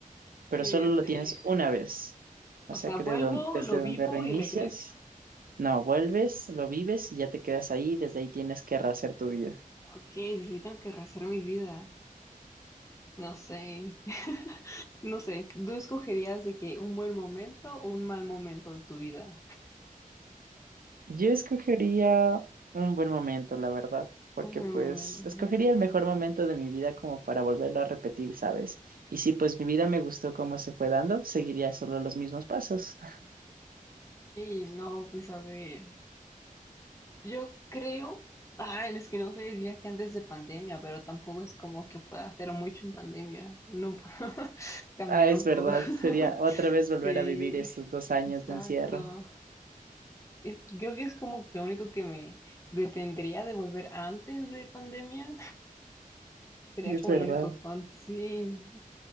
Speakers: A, on the right; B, on the left.
A: Pero
B: ¿qué
A: solo
B: día
A: lo
B: sería?
A: tienes una vez. O
B: O
A: sea
B: sea,
A: que
B: vuelvo,
A: de don- desde
B: lo vivo
A: donde reinicias,
B: y regreso.
A: no, vuelves, lo vives y ya te quedas ahí. Desde ahí tienes que rehacer tu vida.
B: Ok, necesitan que rehacer mi vida. No sé, <laughs> no sé, ¿tú escogerías de que un buen momento o un mal momento de tu vida?
A: Yo escogería un buen momento, la verdad, porque
B: Un buen
A: pues
B: momento.
A: escogería el mejor momento de mi vida como para volverlo a repetir, ¿sabes? Y si pues mi vida me gustó como se fue dando, seguiría solo los mismos pasos.
B: Sí, no, pues a ver. Yo creo, ay, es que no sé, diría que antes de pandemia, pero tampoco es como que pueda hacer mucho en pandemia. No, <laughs> cambiar
A: Ah, es
B: un
A: verdad,
B: poco. <laughs>
A: sería otra vez volver
B: Sí,
A: a vivir esos dos años
B: exacto.
A: de encierro.
B: Y Creo que es como lo único que me detendría de volver antes de pandemia, Sería
A: Es
B: como
A: verdad.
B: el único con... Sí.